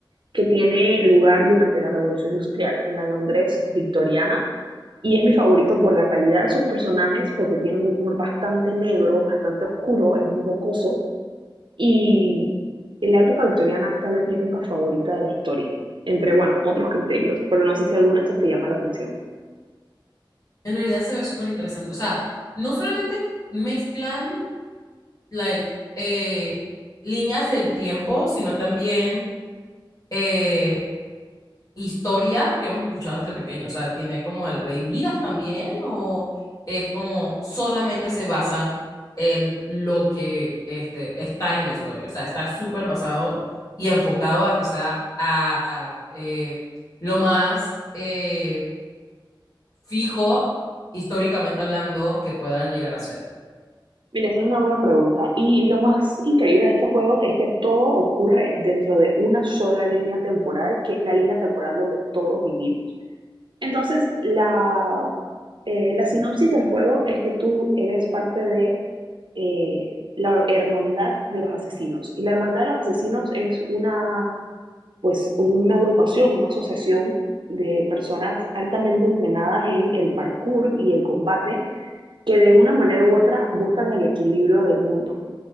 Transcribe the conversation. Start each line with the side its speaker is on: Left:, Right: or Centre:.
Right: que tiene lugar durante la Revolución Industrial en la Londres victoriana, y es mi favorito por la calidad de sus personajes, porque tiene un humor bastante negro, bastante oscuro, es muy jocoso, y en la época victoriana es tal vez mi época favorita de la historia, entre, bueno, otros criterios, pero no sé si alguno de estos te llama la atención.
Left: En realidad se ve súper interesante. O sea, no solamente mezclan like, eh, líneas del tiempo, sino también eh, historias que hemos escuchado desde pequeño. O sea, tiene como el Rey Midas también, o es como solamente se basan en lo que este, está en la historia. O sea, está súper basado y enfocado a que sea a, a, eh, lo más eh, fijo históricamente hablando que pueda llegar a ser.
Right: Mira, esa es una buena pregunta. Y lo más increíble de estos juegos es que todo ocurre dentro de una sola línea temporal, que es la línea temporal donde todos vivimos. Entonces, la, eh, la sinopsis del juego es que tú eres parte de eh, la hermandad de los asesinos. Y la hermandad de los asesinos es una, pues, una agrupación, una asociación de personas altamente entrenadas en el parkour y el combate, que de una manera u otra buscan el equilibrio del mundo